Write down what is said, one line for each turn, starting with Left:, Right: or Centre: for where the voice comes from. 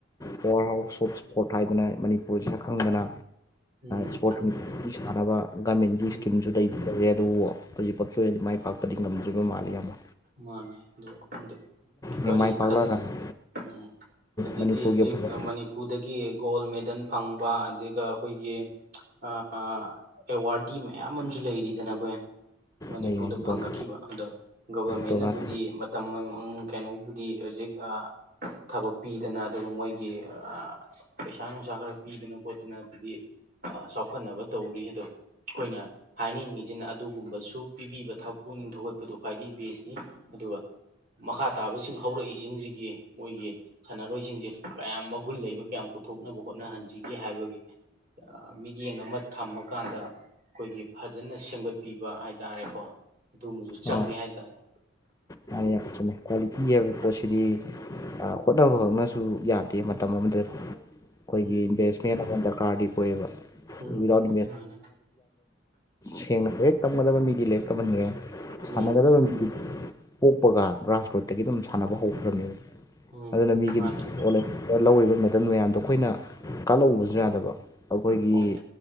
Left: ꯄꯋꯥꯔ ꯍꯥꯎꯁ ꯁꯣꯞ ꯏꯁꯄꯣꯔꯠ ꯍꯥꯏꯗꯅ ꯃꯅꯤꯄꯨꯔꯁꯤ ꯁꯛꯈꯪꯗꯅ
Right: ꯎꯝ
Left: ꯏꯁꯣꯔ ꯇꯤ ꯁꯥꯟꯅꯕ ꯒꯃꯦꯟꯒꯤ
Right: ꯎꯝ
Left: ꯏꯁꯀꯤꯝꯁꯨ ꯑꯇꯩꯗꯤ ꯂꯧꯧꯔꯦ ꯑꯗꯨꯕꯨ ꯍꯧꯖꯤꯛꯄꯛꯀꯤ ꯑꯣꯏꯅꯗꯤ ꯃꯥꯏ ꯄꯥꯛꯄꯗꯤ ꯉꯝꯗ꯭ꯔꯤꯕ ꯃꯥꯜꯂꯦ ꯏꯌꯥꯝꯕ
Right: ꯃꯥꯅꯦ ꯑꯗ‌ꯣ ꯈꯪꯗ‌ꯦ ꯀꯔꯤ
Left: ꯍꯌꯦꯡ ꯃꯥꯏ ꯄꯥꯛꯂꯛꯑꯀꯥꯟꯗ
Right: ꯈꯜꯂꯤ ꯎꯝ ꯑꯗꯨꯗꯤ
Left: ꯃꯅꯤꯄꯨꯔꯒꯤ
Right: ꯍꯧꯖꯤꯛ
Left: ꯑꯐꯕ
Right: ꯃꯅꯤꯄꯨꯔꯗꯒꯤ ꯒꯣꯜ ꯃꯦꯗꯜ ꯐꯪꯕ ꯑꯗꯨꯒ ꯑꯩꯈꯣꯏꯒꯤ ꯑ ꯑꯦꯋꯥꯔꯗꯤ ꯃꯌꯥꯝ ꯑꯃꯖꯨ ꯂꯩꯔꯤꯗꯅ ꯑꯩꯈꯣꯏ ꯃꯅꯤꯄꯨꯔꯗ
Left: ꯂꯩꯔꯦ
Right: ꯐꯪꯉꯛꯈꯤꯕ
Left: ꯗꯣꯅꯥꯜ
Right: ꯑꯗꯣ ꯒꯕꯔꯃꯦꯟꯅꯕꯨꯗꯤ
Left: ꯗꯣꯅꯥꯜ
Right: ꯇꯝꯕ ꯀꯩꯅꯣꯕꯨꯗꯤ ꯍꯧꯖꯤꯛ ꯑ ꯊꯕꯛ ꯄꯤꯗꯅ ꯑꯗꯨꯒ ꯃꯣꯏꯒꯤ ꯑ ꯄꯩꯁꯥ ꯅꯨꯡꯁꯥ ꯈꯔ ꯄꯤꯗꯅ ꯈꯣꯠꯇꯅ ꯑꯗꯨꯗꯤ ꯑ ꯆꯥꯎꯈꯠꯅꯕ ꯇꯧꯔꯤ ꯑꯗꯣ ꯑꯩꯈꯣꯏꯅ ꯍꯥꯏꯅꯤꯡꯉꯤꯁꯤꯅ ꯑꯗꯨꯒꯨꯝꯕꯁꯨ ꯄꯤꯕꯤꯕ ꯊꯛ ꯄꯨꯨꯛꯅꯤꯡ ꯊꯧꯒꯠꯄꯗꯣ ꯈ꯭ꯋꯥꯏꯗꯒꯤ ꯕꯦꯁꯅꯤ ꯑꯗꯨꯒ ꯃꯈꯥ ꯇꯥꯕꯁꯤꯡ ꯍꯧꯔꯛꯏꯖꯤꯡꯖꯤꯒꯤ ꯃꯣꯏꯒꯤ ꯁꯥꯟꯅꯔꯣꯏꯖꯤꯡꯖ‌ꯦ ꯀꯌꯥꯝ ꯃꯒꯨꯟ ꯂꯩꯕ ꯀꯌꯥꯝ ꯄꯨꯊꯣꯛꯅꯕ ꯍꯣꯠꯅꯍꯟꯁꯤꯒꯦ ꯍꯥꯏꯕꯒꯤ ꯃꯤꯠꯌꯦꯡ ꯑꯃ ꯊꯝꯃꯀꯥꯟꯗ ꯈꯣꯏꯒꯤ ꯐꯖꯅ ꯁꯦꯝꯒꯠꯄꯤꯕ ꯍꯥꯏ ꯇꯥꯔꯦꯀꯣ ꯑꯗꯨꯝꯕꯨ ꯆꯪꯉꯦ
Left: ꯑ
Right: ꯍꯥꯏꯇꯥꯔꯦ
Left: ꯃꯥꯅꯤ ꯌꯥꯝ ꯆꯨꯝꯃ‌ꯦ ꯀꯨꯋꯥꯂꯤꯇꯤ ꯍꯥꯏꯕ ꯄꯣꯠꯁꯤꯗꯤ
Right: ꯎꯝ
Left: ꯑ ꯍꯣꯠꯅꯕ ꯈꯛꯅꯁꯨ ꯌꯥꯗꯦ ꯃꯇꯝ ꯑꯃꯗ ꯈꯣꯏꯒꯤ
Right: ꯎꯝ
Left: ꯏꯚꯁ ꯗꯔ ꯀꯥꯔꯗꯤ ꯑꯣꯏꯌ‌ꯦꯕ
Right: ꯎꯝ
Left: ꯋꯤꯗꯥꯎꯠ
Right: ꯃꯥꯅꯦ
Left: ꯁꯦꯡꯅ ꯂꯥꯏꯔꯤꯛ ꯇꯝꯇꯟꯒꯗꯕ ꯃꯤꯗꯤ ꯂꯥꯏꯔꯤꯛ ꯇꯝꯍꯟꯈ꯭ꯔꯦ ꯁꯥꯟꯅꯒꯗꯕ
Right: ꯎꯝ
Left: ꯃꯤꯗꯤ ꯊꯣꯛꯄꯒ ꯒ꯭ꯔꯥꯁ ꯔꯨꯠꯇꯒꯤ ꯑꯗꯨꯝ ꯁꯥꯟꯅꯕ ꯍꯧꯈ꯭ꯔꯕꯅꯦꯕ
Right: ꯎꯝ
Left: ꯑꯗꯨꯅ ꯃꯤꯒꯤꯝ
Right: ꯃꯥꯅꯦ
Left: ꯑꯣꯂꯦ ꯂꯧꯔꯤꯕ ꯃꯦꯗꯜ ꯃꯌꯥꯝꯗꯣ ꯑꯩꯈꯣꯏꯅ ꯀꯥꯜꯂꯛꯎꯕꯁꯨ ꯌꯥꯗꯕ ꯑꯩꯈꯣꯏꯒꯤ
Right: ꯍꯣꯏ